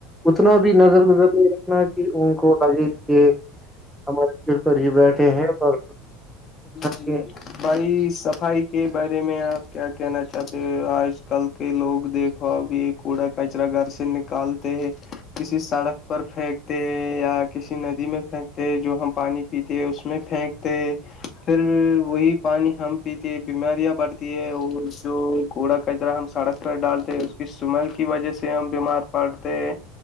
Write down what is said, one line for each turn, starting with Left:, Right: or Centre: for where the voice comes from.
Centre: اتنا بھی نظر گزر نہیں رکھنا کہ ان کو لگے کہ ہمارے سل پر ہی بیٹھے ہیں پر
Left: جی
Centre: کہ
Left: بائی صفائی کے بار ے میں آپ کیا کہنا چاہتے ہو آج کل کے لوگ دیکھو اب یہ کوڑا کچرا گھر سے نک کل ت کسی سڑک پر پھینکتے ہیں یا کسی ندی میں پھینکتے ہیں جو ہم پانی پیتے ہے اس میں پھینکتے پھر وہی پانی ہم پیتے ہیں بیماریاں بڑھتی ہے اور جو کوڑا کچرا ہم سڑک پر ڈالتے اس کی سمیل کی وجہ سے ہم بیمار پڑھتے ہیں